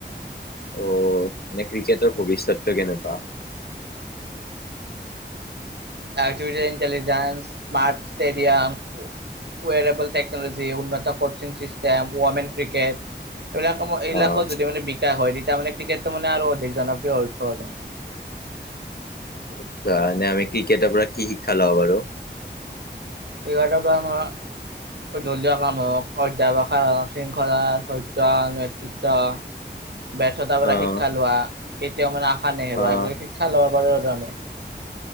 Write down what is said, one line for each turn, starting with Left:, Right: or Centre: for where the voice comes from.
Left: অ, এনে ক্ৰিকেটৰ ভৱিষ্যতটো কেনেকুৱা?
Right: Artificial intelligence, smart stadium, wearable technology, উন্নত কচিং চিষ্টেম, ওৱমেন ক্ৰিকেট, এইবিলাক কামৰ এইবিলাকত
Left: অ'
Right: যদি মানে বিকাশ হয়, তেতিয়া মানে ক্ৰিকেটটো মানে আৰু অধিক জনপ্ৰিয় হৈ পৰে।
Left: আচ্ছা, এনে আমি ক্ৰিকেটৰ পৰা কি শিক্ষা লব পাৰোঁ?
Right: ক্ৰিকেটৰ পৰা ধৰা দলীয় কাম হওক, <unintelligible> শৃংখলা, চৰ্জন টা ব্যৰ্থতাৰ পৰা
Left: অ'
Right: শিক্ষা লোৱা, কেতিয়াও মানে আশা নেহেৰুৱা,
Left: অ'
Right: এইবিলাক শিক্ষা ল'ব পাৰো আৰু আমি।